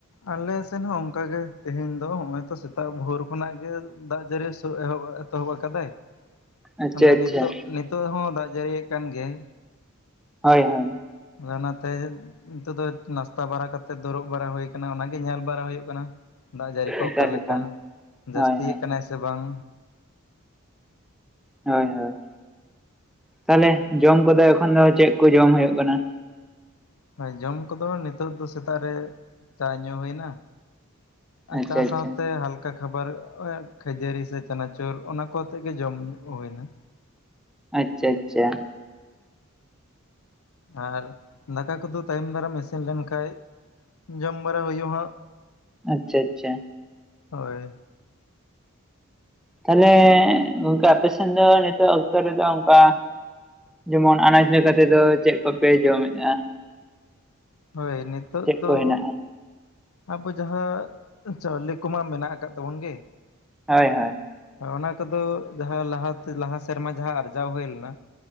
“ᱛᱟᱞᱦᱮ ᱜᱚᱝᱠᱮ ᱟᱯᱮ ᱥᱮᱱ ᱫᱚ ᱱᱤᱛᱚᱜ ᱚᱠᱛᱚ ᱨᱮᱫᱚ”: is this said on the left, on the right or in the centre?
Centre